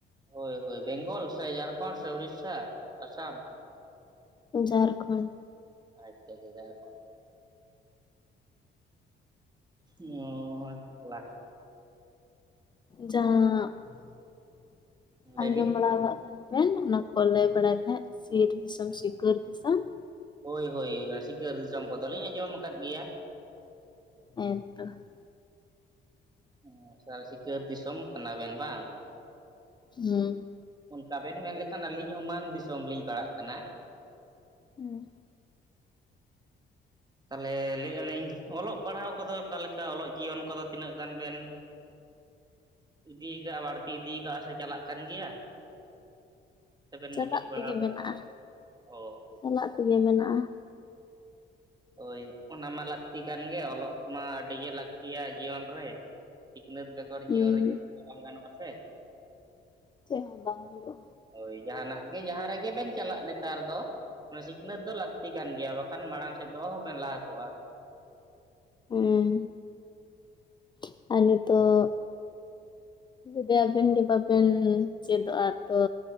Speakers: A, on the right; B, on the left.
A: ᱦᱚᱭ ᱦᱚᱭ ᱵᱮᱝᱜᱚᱞ ᱥᱮ ᱡᱷᱟᱲᱠᱷᱚᱸᱰ ᱥᱮ ᱳᱲᱤᱥᱥᱟ, ᱟᱥᱟᱢ?
B: ᱡᱷᱟᱨᱠᱷᱚᱱᱰ ᱾
A: ᱟᱪᱪᱟ ᱡᱷᱟᱲᱠᱷᱚᱸᱰ᱾ ᱚ ᱡᱟᱞᱟ ᱾
B: ᱡᱟᱦᱟᱸ <unintelligible>
A: ᱞᱟᱹᱭ
B: ᱟᱸᱡᱚᱢ
A: ᱵᱤᱱ
B: ᱵᱟᱲᱟ ᱠᱟᱜ <unintelligible> ᱚᱱᱟ ᱠᱚ ᱞᱟᱹᱭ ᱵᱟᱲᱟᱭ ᱛᱟᱦᱮᱸᱫ ᱥᱤᱨ ᱫᱤᱥᱚᱢ ᱥᱤᱠᱟᱹᱨ ᱫᱤᱥᱚᱢ ᱾
A: ᱦᱚᱭ ᱦᱚᱭ ᱥᱤᱠᱟᱹᱨ ᱫᱤᱥᱚᱢ ᱠᱚᱫᱚ ᱞᱤᱧ ᱟᱸᱡᱚᱢ ᱟᱠᱟᱫ ᱜᱮᱭᱟ ᱾
B: ᱦᱮᱸ ᱛᱚ ᱾
A: <unintelligible> ᱥᱤᱠᱟᱹᱨ ᱫᱤᱥᱚᱢ ᱠᱟᱱᱟ ᱵᱮᱱ ᱵᱟᱝ?
B: ᱦᱮᱸ
A: ᱚᱱᱠᱟ ᱵᱮᱱ ᱢᱮᱱ ᱞᱮᱠᱷᱟᱱ ᱟᱹᱞᱤᱧ ᱦᱚᱸ ᱢᱟᱱ ᱫᱤᱥᱚᱢ ᱞᱤᱧ ᱯᱟᱲᱟᱜ ᱠᱟᱱᱟ ᱾
B: ᱦᱮᱸ
A: ᱛᱟᱦᱚᱞᱮ ᱞᱟᱹᱭᱮᱫᱼᱟ ᱞᱤᱧ ᱚᱞᱚᱜ ᱯᱟᱲᱦᱟᱣ ᱠᱚᱫᱚ ᱚᱠᱟ ᱞᱮᱠᱟ ᱚᱞᱚᱜ ᱡᱤᱭᱚᱱ ᱠᱚᱫᱚ ᱛᱤᱱᱟᱹᱜ ᱜᱟᱱ ᱵᱮᱱ? <inaudible> ᱤᱫᱤ ᱠᱟᱜᱼᱟ ᱵᱟᱹᱲᱛᱤ ᱤᱫᱤᱠᱟᱜᱼᱟ ᱥᱮ ᱪᱟᱞᱟᱜ ᱠᱟᱱ ᱜᱮᱭᱟ? ᱥᱮᱵᱮᱱ
B: ᱪᱟᱞᱟᱜ
A: ᱢᱩᱪᱟᱹᱫ ᱵᱟᱲᱟ
B: ᱛᱮᱜᱮ
A: ᱠᱟᱫᱟ
B: ᱢᱮᱱᱟᱜᱼᱟ
A: ᱚᱻ?
B: ᱪᱟᱞᱟᱜ ᱛᱮᱜᱮ ᱢᱮᱱᱟᱜᱼᱟ ᱾
A: ᱦᱚᱭ ᱚᱱᱟ ᱢᱟ ᱞᱟᱹᱠᱛᱤ ᱠᱟᱱ ᱜᱮ ᱚᱞᱚᱜ ᱢᱟ ᱟᱹᱰᱤᱜᱮ ᱞᱟᱹᱠᱛᱤᱭᱟ ᱡᱤᱭᱚᱱ ᱨᱮ ᱾ ᱥᱤᱠᱷᱱᱟᱹᱛ ᱵᱮᱜᱚᱨ
B: ᱦᱩᱸ
A: ᱡᱤᱭᱚᱱ ᱨᱮ ᱪᱮᱫ ᱦᱚ ᱛᱚ ᱵᱟᱝ ᱜᱟᱱᱚᱜ-ᱟ ᱥᱮ ᱾
B: ᱪᱮᱫ ᱦᱚᱸ ᱵᱟᱝ ᱦᱩᱭᱩᱜᱼᱟ ᱾
A: ᱦᱚᱭ ᱡᱟᱦᱟᱱᱟᱜ ᱜᱮ ᱡᱟᱦᱟᱸ ᱨᱮᱜᱮ ᱵᱮᱱ ᱪᱟᱞᱟᱜ ᱱᱮᱛᱟᱨ ᱫᱚ ᱥᱤᱠᱷᱱᱟᱹᱛ ᱫᱚ ᱞᱟᱹᱠᱛᱤ ᱠᱟᱱ ᱜᱮᱭᱟ ᱵᱟᱠᱷᱟᱱ ᱢᱟᱲᱟᱝ ᱥᱮᱫ ᱫᱚ ᱚᱦᱚᱵᱮᱱ ᱞᱟᱦᱟ ᱠᱚᱜᱼᱟ ᱾
B: ᱦᱮᱸ <unintelligible> ᱟᱨ ᱱᱤᱛᱚᱜ ᱡᱩᱫᱤ ᱟᱵᱮᱱ ᱜᱮ ᱵᱟᱵᱮᱱ ᱪᱮᱫᱚᱜᱼᱟ ᱛᱚ